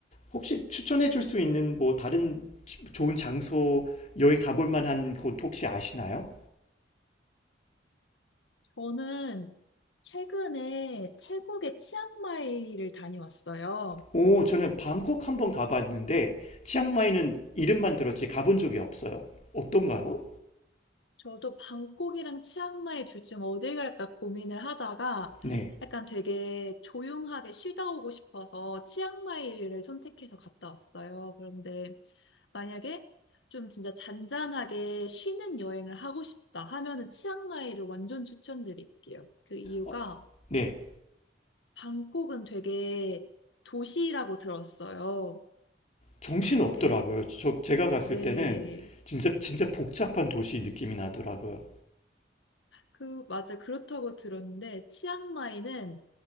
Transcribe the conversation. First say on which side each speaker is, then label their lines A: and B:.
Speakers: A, on the left (about 40°); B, on the left (about 80°).
A: 혹시 추천해 줄 수 있는 뭐 다른 좋은 장소 여행 가볼 만한 곳 혹시 아시나요?
B: 저는 최근에 태국의 치앙마이를 다녀왔어요.
A: 오, 저는 방콕 한 번 가봤는데 치앙마이는 이름만 들었지 가본 적이 없어요. 어떤가요?
B: 저도 방콕이랑 치앙마이 둘 중 어디 갈까 고민을 하다가
A: 네,
B: 약간 되게 조용하게 쉬다 오고 싶어서 치앙마이를 선택해서 갔다 왔어요. 그런데 만약에 좀 진짜 잔잔하게 쉬는 여행을 하고 싶다 하면은 치앙마이를 완전 추천드릴게요. 그 이유가
A: 어, 네,
B: 방콕은 되게 도시라고 들었어요.
A: 정신 없더라고요.
B: 되게
A: 저 제가 갔을
B: 네.
A: 때는 진짜 진짜 복잡한 도시 느낌이 나더라고요.
B: 그, 맞아. 그렇다고 들었는데, 치앙마이는